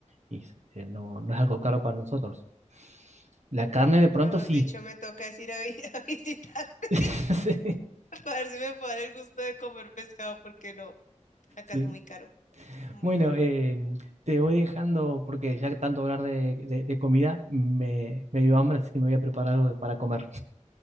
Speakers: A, on the right; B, on the left.
A: y se- eh, no, no es algo caro para nosotros. La carne de pronto
B: mejor
A: sí.
B: dicho, me toca es ir a, vi- <laughs> a visitarte
A: <laughs> Sí.
B: <laughs> para ver si me puedo dar el gusto de comer pescado porque no, acá
A: Sí.
B: es muy caro, muy
A: Bueno,
B: caro.
A: em, te voy dejando porque ya que tanto hablar de, de- de comida me, me dio hambre, así que me voy a preparar algo de- para comer.